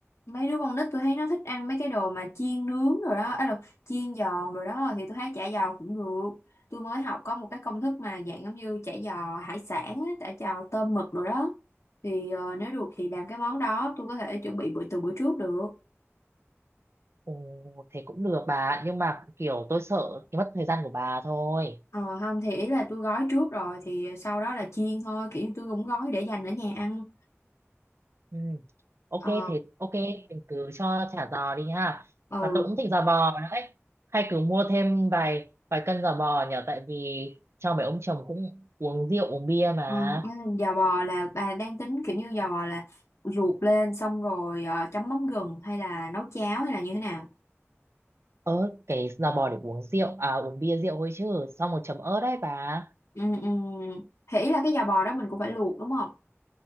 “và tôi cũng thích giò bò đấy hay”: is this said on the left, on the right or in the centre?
Right